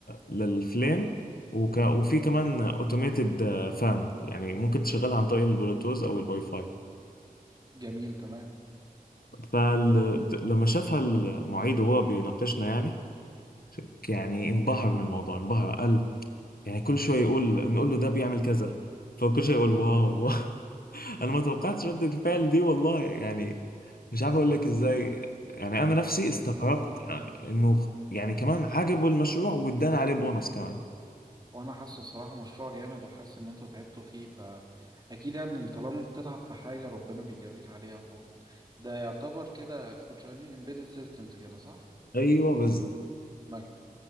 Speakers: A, on the left; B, on the right.
A: للفليم وك... وفي كمان اوتوميتد فان يعني ممكن تشغلها عن طريق البلوتوث أو الواي فاي
B: جميل تمام
A: فلما شافها المعيد وهو بيناقشنا يعني يعني انبهر من الموضوع انبهر قال يعني كل شوية يقول نقول له ده بيعمل كذا فكل شوية يقول واو واو. انا ما توقعتش ردة الفعل دي والله يعني مش عارف اقول لك ازاي يعني انا نفسي
B: بص،
A: استغربت
B: هو-
A: انه يعني كمان عجبه المشروع وادانا عليه بونص كمان
B: وانا حاسه صراحة مشروع جامد وحاسس ان انتوا تعبتوا فيه فاكيد يعني انت لما بتتعب في حاجة ربنا بيجازيك عليها طبعا ده يعتبر كده تكون شغالين embedded systems كده صح؟
A: ايوه بس
B: لا